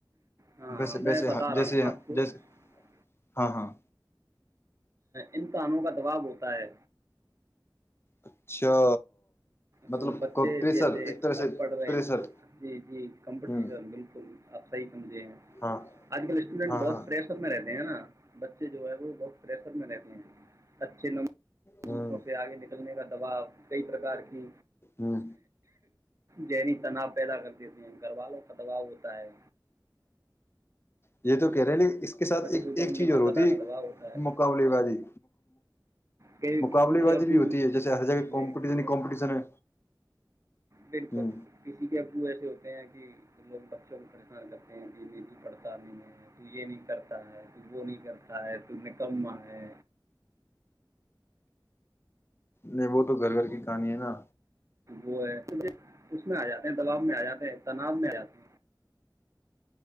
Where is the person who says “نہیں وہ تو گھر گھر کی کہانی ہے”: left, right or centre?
Left